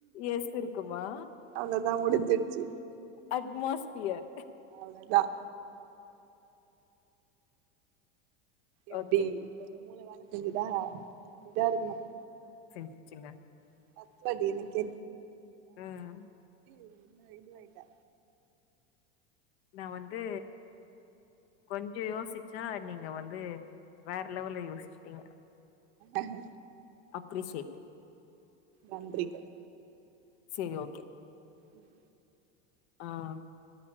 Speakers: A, on the left; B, on the right.
A: எஸ் இருக்குமா
B: அவ்ளோ தான் முடிஞ்சிடுச்சு
A: அட்மாஸ்பியர்
B: அதான் எப்டி
A: ஓகே
B: கொஞ்சம் மூளை வேலை செஞ்சுதா அப்படிதான் இருக்கணும்
A: வச்சுங்க
B: <unintelligible>
A: ம்
B: என்ன இதுவாயிட்டா
A: நா வந்து கொஞ்சம் யோசிச்சா நீங்க வந்து வேற லெவல்ல யோசிச்சிட்டீங்க
B: அஹ
A: க்ரிஷிட்
B: நன்றிகள்
A: சேரி ஓகே
B: உம்
A: ஆஹ்